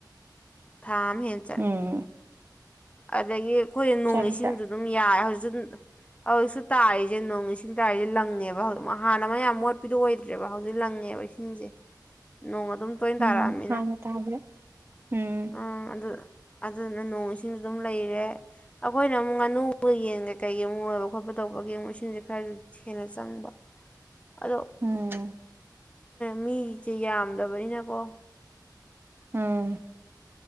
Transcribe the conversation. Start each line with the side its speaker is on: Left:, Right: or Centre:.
Left: ꯊꯥꯝ ꯍꯦꯟ
Right: ꯎꯝ
Left: ꯑꯗꯒꯤ ꯑꯩꯈꯣꯏ ꯅꯣꯡ
Right: ꯆꯠꯂꯦ
Left: ꯏꯁꯤꯡꯗꯨ
Right: ꯆꯠꯂꯦ
Left: ꯗꯨꯝ ꯌꯥꯏ ꯍꯧꯖꯤꯛꯁꯨ ꯑꯗꯨꯝ ꯍꯧꯖꯤꯛꯁꯨ ꯇꯥꯔꯤꯁꯦ ꯅꯣꯡ ꯏꯁꯤꯡ ꯇꯥꯔꯤꯖꯦ ꯂꯪꯉꯦꯕ ꯍꯧꯖꯤꯛ ꯍꯥꯟꯅ ꯑꯃ ꯃꯌꯥꯝ ꯃꯣꯠꯄꯤꯗꯣ ꯑꯣꯏꯗ꯭ꯔꯦꯕ ꯍꯧꯖꯤꯛ ꯂꯪꯉꯦꯕ ꯏꯁꯤꯡꯖꯦ ꯅꯣꯡ ꯑꯗꯨꯝ ꯇꯣꯏ
Right: ꯎꯝ
Left: ꯇꯥꯔꯛꯑꯝꯅꯤꯅ
Right: ꯍꯥꯟꯅ ꯇꯥꯕ꯭ꯔꯦ ꯎꯝ
Left: ꯑꯥ ꯑꯗꯨ ꯑꯗꯨꯗꯨꯅ ꯅꯣꯡ ꯏꯁꯤꯡ ꯁꯤꯡꯁꯨ ꯑꯗꯨꯝ ꯂꯩꯔꯦ ꯑꯩꯈꯣꯏꯅ ꯑꯃꯨꯛ ꯉꯥꯅꯨꯒ ꯌꯦꯟ ꯀꯩ ꯀꯩ ꯑꯃꯨꯛ ꯂꯣꯏꯕ ꯈꯣꯠꯄ ꯇꯧꯕꯒꯤ ꯑꯃꯨꯛ ꯏꯁꯤꯡꯁꯦ ꯈꯔꯗꯤ ꯍꯦꯟꯅ ꯆꯪꯕ ꯑꯗꯣ
Right: ꯎꯝ
Left: ꯃꯤꯖꯦ ꯌꯥꯝꯗꯕꯅꯤꯅꯀꯣ
Right: ꯎꯝ